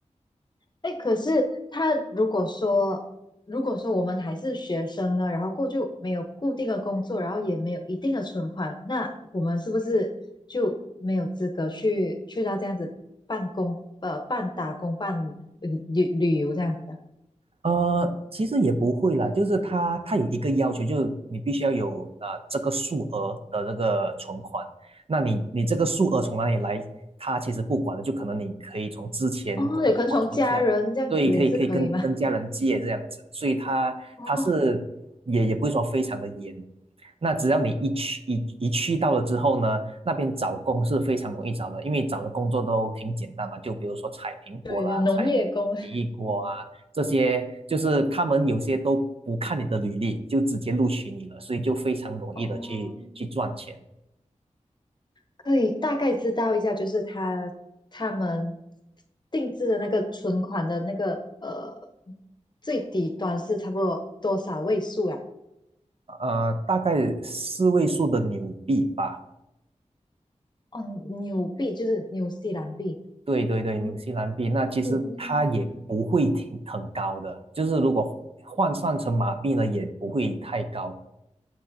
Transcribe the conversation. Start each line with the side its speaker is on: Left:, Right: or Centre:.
Left: 哎，可是他如果说，如果说我们还是学生呢，然后过就没有固定的工作，然后也没有一定的存款，那我们是不是就没有资格去去到这样子半工呃半打工半旅旅旅游这样子啊？
Right: 呃，其实也不会啦，就是他他有一个要求，就是你必须要有啊、呃、这个数额的这个存款。那你你这个数额从哪里来，他其实不管的，就可能你可以从之前工作存下来，
Left: 哦，有可能从家人这样子也是可以吗？
Right: 对，可以可以跟跟家人借这样子，所以他他是也也不会说非常的严。
Left: <laughs> 哦，
Right: 那只要你一去一一去到了之后呢，那边找工是非常容易找的，因为找的工作都挺简单嘛，就比如说采苹果啦，
Left: 对，有农业工，
Right: 采奇异果啊。这些就是他们有些都不看你的履历，就直接录取你了，所以就非常容易的去去赚钱。
Left: 哦，可以大概知道一下，就是他他们定制的那个存款的那个呃最底端是差不多多少位数啊？
Right: 呃，大概四位数的纽币吧。
Left: 哦，纽币就是纽西兰币，
Right: 对对对，
Left: 哦，
Right: 纽西兰币，那其实它也不会挺很高的，
Left: 嗯，纽西兰
Right: 就是如果换算成马币呢，也不会太高。